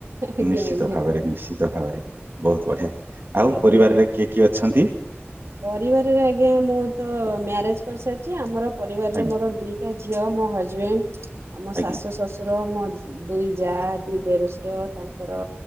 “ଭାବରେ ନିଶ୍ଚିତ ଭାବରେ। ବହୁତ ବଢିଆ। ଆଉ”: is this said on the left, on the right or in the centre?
Right